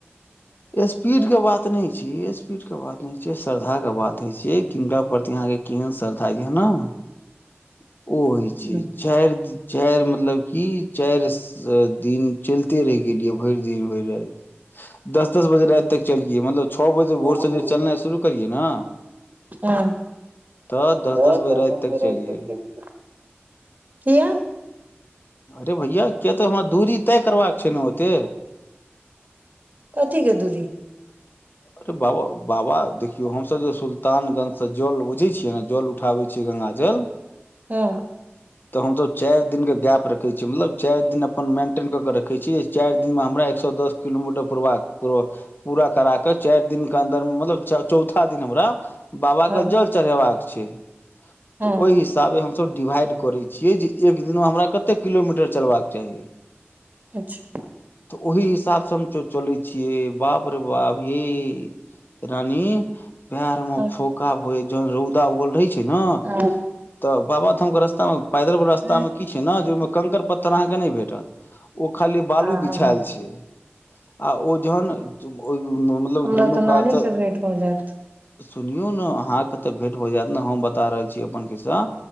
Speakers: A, on the left (about 50°); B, on the right (about 40°).
A: स्पीड के बात नहि छै स्पीड के बात न छै श्रद्धा कें बात छिय किनका प्रति अहाँके केहन श्रद्धा य ने ओ होइ
B: रहै
A: छै चारि चारि मतलब की चारि दिन चलिते रहि गेलियै भरि दिन भरि राति दस दस बजे राति तक चलिए मतलब छः बजे भोर
B: न
A: सँ चलनाए शुरु करिय न
B: हँ
A: दस
B: तऽ
A: दस बजे
B: दर्शन
A: राति तक
B: बेरा
A: चलिए
B: गेलियै किया
A: अरे भैया किया तऽ हमरा दूरी तय करबाका छै ने ओते
B: कथी के दूरी
A: अरे बाबा बाबा देखियौ हमस जे सुलानगंज जल बुझै छियै ने जल उठाबै छियै गंगा जल
B: हँ
A: तऽ हम तो चारि दिननक गैप रख छ छी मतलब चारि दिन अपन मेन्टेन कऽ के रखैत छीिय चारि हमरा एक सए दस किलोमीटर पूरबाक पूर पूरा करा के चारि दिन के अन्दर मतलब चौथा दिन हमरा बाबा
B: हँ
A: के जल चढ़ेबाक छैय
B: हँ
A: त ओइ हिसाबै हम सभ डिभाइड कोरैय छियै जे एक दिनमे हमरा कते कतै किलोमीटर चलबाक चाही
B: अच्छा
A: त ओहि हिसाब स हम चो-चलै छियै बाप रे बाप यै रानी पैर म
B: हँ
A: फोंका भ जहन रौउदा उगल रहैय छैय न
B: ह
A: तअ बाबा थम के रसता मे पैदल बला रसता
B: ह
A: मे की छैय न कंकर पतर अहाँ के नहि भेटत ओ खाली बालु
B: ह
A: बिछाएल छैय आ ओजन जुम ओइ गु-गु-न मतलब
B: हमरा
A: दुनु
B: तऽ नानी
A: कात स
B: से भेंट हो जायत
A: सुनियौ न अहाँके त भेट भ जेत न हम बता रहल छी अपन खिस्सा